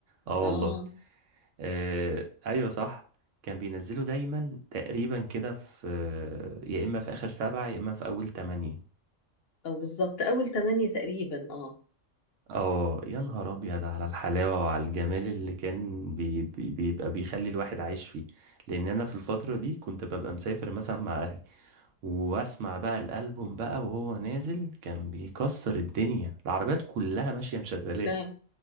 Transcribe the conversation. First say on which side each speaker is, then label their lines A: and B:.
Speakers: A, on the right; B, on the left.
A: اه
B: اه
A: والله آه ايوه صح كان بينزله دايما تقريبا كده في آه، يا اما في اخر سبعة يا اما في اول تمانية
B: اه بالظبط اول تمانية تقريبا اه
A: اه يا نهار ابيض على الحلاوه وعلى الجمال اللي كان بي بي بيبقى بيخلي الواحد عايش فيه لان انا في الفتره دي كنت ببقى مسافر مثلا مع اهلي واسمع بقى الالبوم بقى وهو نازل كان بيكسر الدنيا العربيات كلها ماشيه مشغلاه
B: فعلا